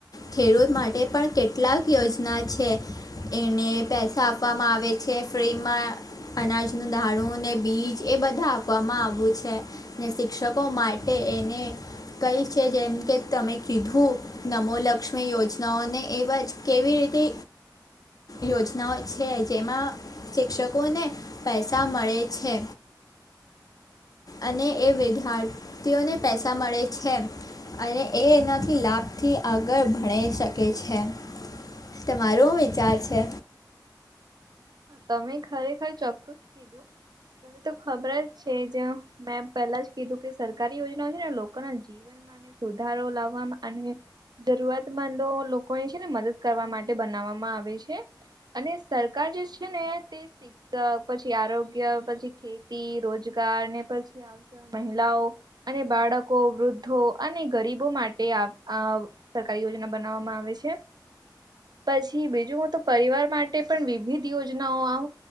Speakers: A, on the left; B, on the right.
A: ખેડૂત માટે પણ કેટલાક યોજના છે એને પૈસા આપવામાં આવે છે ફ્રીમાં અનાજનુ દાનુ ને બીજ એ બધા આપવામાં આવ્યું છે ને શિક્ષકો માટે કે એને કંઈ છે જેમ કે તમે કીધું નમોલક્ષ્મી યોજનાઓને એવા જ કેવી રીતે યોજનાઓ છે જેમાં શિક્ષકોને પૈસા મળે છે. અને એ વિદ્યાર્થીઓને પૈસા મળે છે અને એ એનાથી લાભથી આગળ ભણ શકે છે તમારો હુ વિચાર છે
B: તમે ખરેખર ચોક્કસ કીધું તમે તો ખબર જ છે જ મેં પેલા જ કીધું કે સરકારી યોજનાઓ છે ને, લોકોના જીવન સુધારો લાવવામાં અને જરૂરતમંદો લોકોની છે ને, મદદ કરવા માટે બનાવવામાં આવે છે અને સર કાર જે છે ને તે શિક્ષક, પછી આરોગ્ય, પછી ખેતી, રોજગાર ને પછી મહિલાઓ અને બાળકો, વૃદ્ધો અને ગરીબો માટે આ સરકારી યોજના બનાવવામાં આવે છે. પછી બીજું, હું તો પરિવાર માટે પણ વિવિધ યોજનાઓ